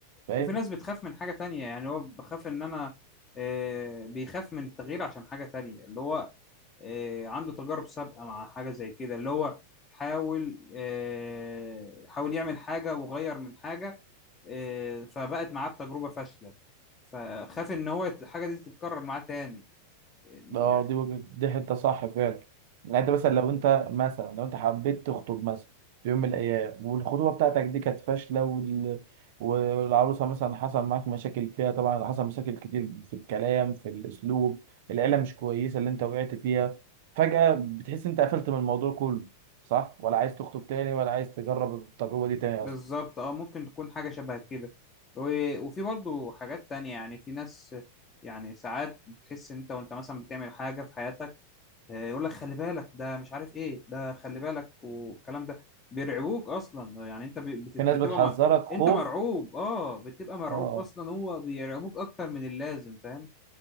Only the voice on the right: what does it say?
فاهم
اه دي وجهة دي حتة صح فعلا يعني انت مثلا لو انت مثلا لو انت حبيت تخطب مثلا في يوم من الايام والخطوبة بتاعتك دي كانت فاشلة وال... والعروسة مثلا حصل معاك مشاكل فيها طبعا حصل مشاكل كتير في الكلام في الاسلوب العيلة مش كويسة اللي انت وقعت فيها فجأة بتحس انت قفلت من الموضوع كله صح ولا عايز تخطب تاني ولا عايز تجرب التجربة دي تاني
اصلا
في ناس
بتحذرك
خوف
اه